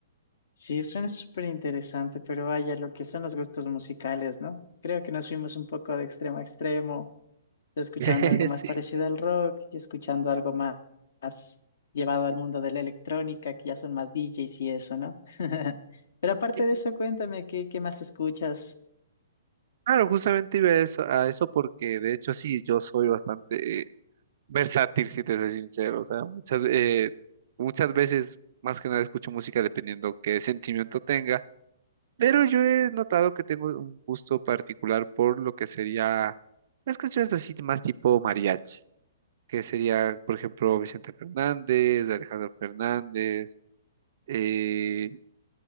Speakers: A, on the left (about 70°); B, on the right (about 55°).
A: Sí, suena súper interesante, pero vaya, lo que son los gustos musicales, ¿no? Creo que nos fuimos un poco de extremo a extremo, escuchando
B: <laughs>
A: algo más parecido al rock y escuchando algo más, más llevado al mundo de la electrónica, que ya son más DJs y eso, ¿no? <laughs> Pero aparte
B: Sí.
A: de eso, cuéntame, ¿qué, qué más escuchas?
B: Claro, justamente iba a eso, a eso porque de hecho sí, yo soy bastante eh, versátil, si te soy sincero. O sea, muchas, eh, muchas veces más que nada escucho música dependiendo qué sentimiento tenga, pero yo he notado que tengo un gusto particular por lo que sería las canciones así más tipo mariachi, que sería, por ejemplo, Vicente Fernández, Alejandro Fernández, eh,